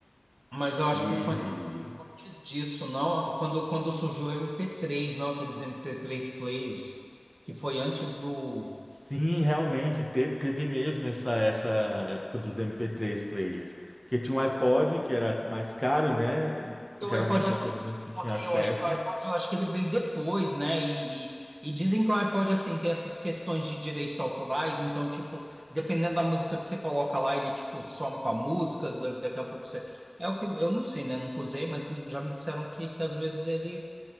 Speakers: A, on the right (about 50°); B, in the centre.
A: Mas eu acho
B: e
A: que foi. Antes disso, não, quando, quando surgiu o MP3, não, aqueles MP3 players, que foi antes do.
B: sim, realmente teve, teve mesmo essa, essa época dos MP3 players, porque tinha um iPod que era mais caro, né? e
A: O
B: Geralmente
A: iPod
B: não
A: é todo-
B: é todo mundo que tinha acesso,
A: né, eu acho que o iPod, eu acho que ele veio depois, né? E, e, e dizem que o iPod, assim, tem essas questões de direitos autorais, então, tipo, dependendo da música que você coloca lá, ele, tipo, some com a música, da- daqui a pouco você. É o que eu não sei, né? Nunca usei, mas já me disseram que, que às vezes ele.